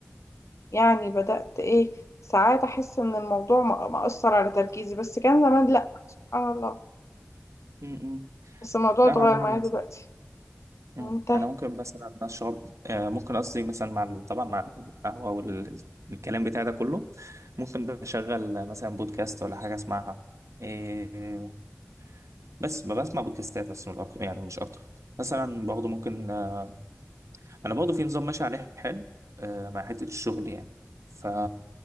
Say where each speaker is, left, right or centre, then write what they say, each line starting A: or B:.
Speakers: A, on the left; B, on the right.
A: يعني بدأت ايه ساعات احس ان الموضوع ما- مأثر على تركيزي بس كان زمان لا سبحان الله
B: م- م.
A: بس الموضوع
B: لا
A: اتغير
B: انا عموما
A: معايا دلوقتي
B: مم.
A: وانت
B: انا ممكن مثلا اشرب آه، ممكن قصدي مثلا مع ال- طبعا مع القهوه والكلام بتاع ده كله ممكن بشغل مثلا بودكاست ولا حاجه اسمعها إيه بس ما بسمع بودكاستات بس من الأك- يعني مش اكتر مثلا برضه ممكن آه، انا برضه في نظام ماشي عليه حلو آه، مع حته الشغل يعني ف